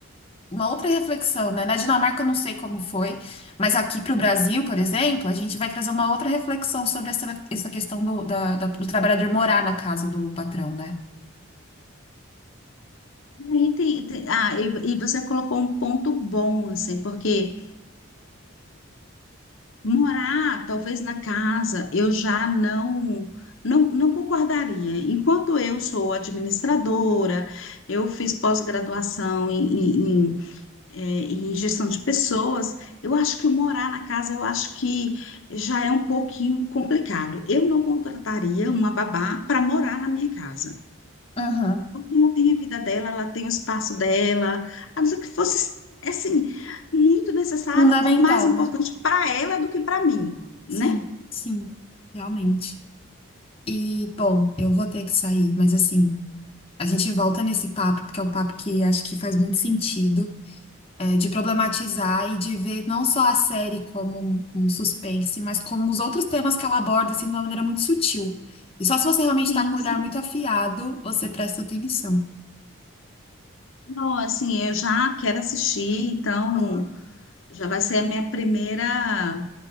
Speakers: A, on the left; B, on the left.
A: uma outra reflexão, né? Na Dinamarca eu não sei como foi, mas aqui para o Brasil, por exemplo, a gente vai trazer uma outra reflexão sobre essa, essa questão do, da- da- do trabalhador morar na casa do patrão, né?
B: E aí tem, tem- ah, e, e você colocou um ponto bom, assim, porque Morar, talvez na casa, eu já não, não, não concordaria. Enquanto eu sou administradora, eu fiz pós-graduação em, em, em, eh, em gestão de pessoas, eu acho que o morar na casa, eu acho que já é um pouquinho complicado. Eu não contrataria uma babá para morar na minha casa.
A: Uhum.
B: Porque ela tem a vida dela, ela tem o espaço dela, a não ser que fosse, assim, muito necessário
A: Fundamental,
B: ou mais importante
A: né?
B: para ela do que para mim né?
A: Sim, sim, realmente. E, bom, eu vou ter que sair, mas assim, a gente volta nesse papo, porque é um papo que acho que faz muito sentido. é, de problematizar e de ver não só a série como um um suspense, mas como os outros temas que ela aborda, assim, de uma maneira muito sutil. E só se você realmente
B: Sim,
A: está com o
B: sim.
A: olhar muito afiado, você presta atenção.
B: Não, assim, eu já quero assistir, então
A: Boa.
B: já vai ser a minha primeira,